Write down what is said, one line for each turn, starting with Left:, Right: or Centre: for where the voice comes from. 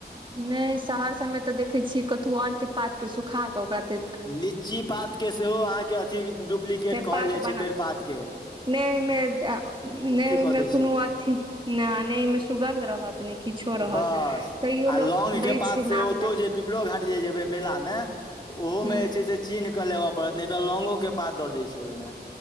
Right: नहि शहर सभमे तऽ देखैत छियै कतहु आरके पातके सुखा कऽ ओकरा तऽ
Left: लीची पातके सेहो अहाँके अथी डुप्लीकेट
Right: तेरपात
Left: कहल जाइत
Right: बना
Left: छै तरिपातके
Right: नहि ओहिमे नहि ओहिमे
Left: कऽ दै
Right: कोनो
Left: छै
Right: अथी नहि ओमे सुगन्ध रहत त नहि किछो रहत
Left: बस
Right: तैयो
Left: आ
Right: लोक
Left: लौंग के
Right: दै
Left: पात
Right: छै
Left: से ओतौ
Right: नाम लए
Left: जे पिपरो घाट जे जेबै मेला मे तऽ ओहोमे
Right: ह
Left: जे छै से चिन्ह कऽ लेबऽ पड़त नहि तऽ लौंगो के पात दऽ दै छै ओहिमे